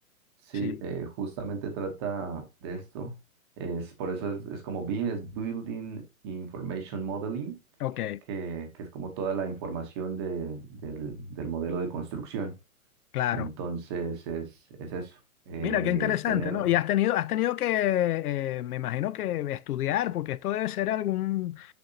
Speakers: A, on the right; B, on the left.
A: Sí,
B: Sí.
A: eh, justamente trata de esto. Es, por eso es, es como BIM, es Building Information Modeling,
B: Ok,
A: que, que es como toda la información de- del, del modelo de construcción.
B: claro.
A: Entonces es, es eso, eh,
B: Mira, qué interesante,
A: tener,
B: ¿no? Y has tenido, has tenido que, eh, me imagino que estudiar, porque esto debe ser algún,